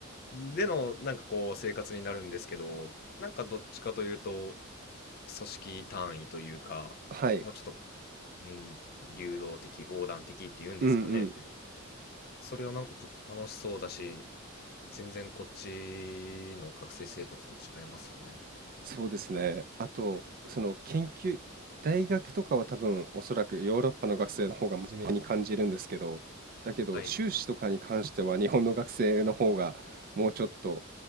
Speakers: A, on the left; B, on the right.
A: での、なんかこう生活になるんですけど、なんかどっちかというと、組織単位というか、
B: はい。
A: もうちょっと、うん、流動的、横断的っていうんですかね。
B: うんうん
A: それをなんかちょっと楽しそうだし、全然こっちの学生生活と違いますよね。
B: そうですね。あと、その研究、大学とかは多分おそらくヨーロッパの学生の方が真面目に感じるんですけど、だけど修士とかに関しては日本の学生の方がもうちょっと
A: はい。